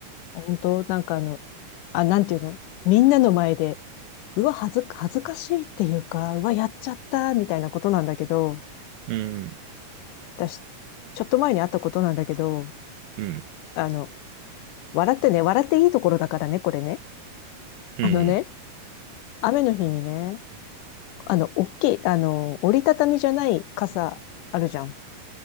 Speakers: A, on the left; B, on the right.
A: 本当なんかあの、あ、なんていうのみんなの前で、うわ、恥ず、恥ずかしいっていうか、うわ、やっちゃったー、みたいなことなんだけど、
B: うん、
A: 私、ちょっと前にあったことなんだけど、
B: うん、
A: あの、笑ってね、笑っていいところだからね、これね。
B: うん、
A: あのね、
B: うん、
A: 雨の日にね、あの、大きい、あの、折りたたみじゃない傘あるじゃん。